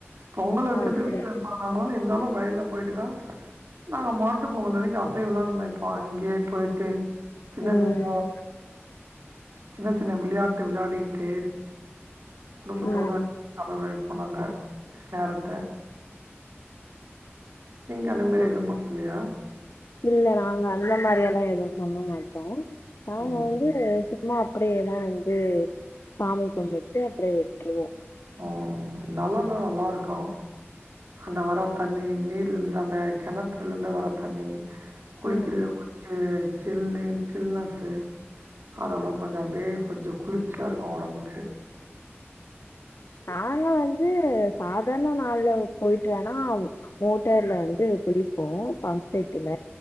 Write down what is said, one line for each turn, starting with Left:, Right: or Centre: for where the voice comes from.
Right: பொங்கல் வைக்கிது
Left: அப்படி.
Right: வீட்ல வைப்பாங்கா <unintelligible> இருந்தாலும் வயல்ல போயிட்டு தா நாங்க மாட்டு பொங்கல் அன்னைக்கு அ ங்கே உளவு மேய்ப்போ அங்கேயே போயிட்டு சின்ன
Left: ம்,
Right: சின்ன சின்ன சின்ன விளையாட்டு விளையாடிக்கிட்டே குடும்பத்தோட
Left: ம்.
Right: அளவு வைப்போ நாங்க நேரத்த நீங்க அந்த மேரி
Left: அப்
Right: எதுவும் மாட்லையா
Left: இல்ல நாங்க அந்த மாரியெல்லா எதுவும் பண்ண மாட்டோம் நாங்க
Right: ம்,
Left: வந்து து சும்மா அப்டியேதான் வந்து சாமி கும்விட்டு அப்டியே விட்டுருவோ
Right: ஓ நல்லன்னா நல்லா இருக்கு அந்த வரத் தண்ணி நீர்ந்து அந்த கெணத்துல இருந்து வர தண்ணி குளிக்கிற
Left: ம்.
Right: ஒச்சு சில்னு சில்னஸு அதெல்லா கொஞ்சோ அப்டியே கொஞ்ச குளிச்சியாக இருக்கும் ஒடம்புக்கு
Left: நாங்க வந்து சாதார்ண நாள்ல போயிட்டு வேணா மோட்டார்ல வந்து குளிப்போ பம்ப் செட்டுல